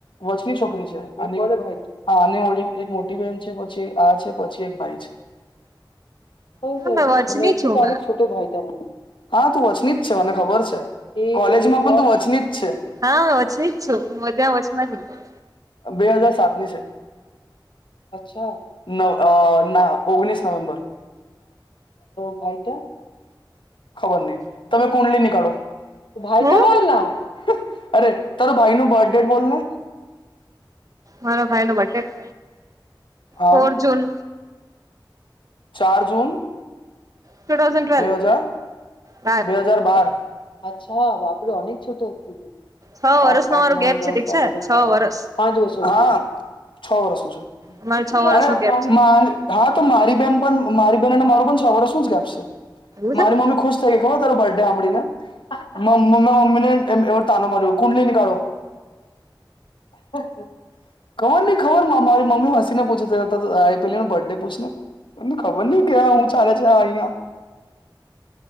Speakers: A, on the left (about 85°); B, on the right (about 45°).
A: વચની છોકરી છે. હા અને મારી એક મોટી બેહેન છે પછી આ છે પછી એક ભાઈ છે. <unintelligible>
B: મે વચની છું મે
A: હા તું વચલી જ છે મને ખબર છે કોલેજમાં પણ તું વચલી જ છે.
B: હા હું વચની જ છું. હું બધામાં વચમાં રઇસ
A: બે હજાર સાતની છે. અચ્છા ન ના ઓગણીસ નવેમ્બર <unintelligible> ખબર નહી તમે કુંડલી નીકાળો. ભાઈ
B: હું
A: તો બના અરે તારું ભાઈ નું બર્થ ડેટ બોલને
B: મારા ભાઈ નો બર્થ ડેટ
A: હા
B: ફોર જૂન
A: ચાર જૂન
B: ટુ થાઉઝન્ડ ટ્વેલ્વ
A: બે હજાર
B: બાર
A: બે હજાર બાર અચ્છા. <unintelligible>
B: છ
A: સાત
B: વર્ષ નો
A: આઠ
B: મારું
A: નવ
B: ગેપ
A: દસ
B: છે ઠીક છે
A: અગિયાર તો
B: છ
A: બાર
B: વર્ષ
A: પાંચ વષો છ વર્ષ નું છે,
B: અમારે છ વર્ષ
A: અને
B: નો ગેપ છે
A: હા તો મારી બેહેન પણ મારી બહેનને મારું પણ છ વર્ષનું જ ગેપ છે
B: એવું
A: મારી
B: છે
A: મમ્મી ખુશ થઈ ગ જો તાર બર્થડે હાભળીને મ મમ્મી ને એવ તાનો માર કુંડલી નીકાળો <inaudible> ખબર ન ખબર મા મારી મમી હસીને પૂછે છે ત આ પેલીનો બર્ડે પૂછને તમને ખબર નહીં કે હું ચાલે છે આ અહિયાં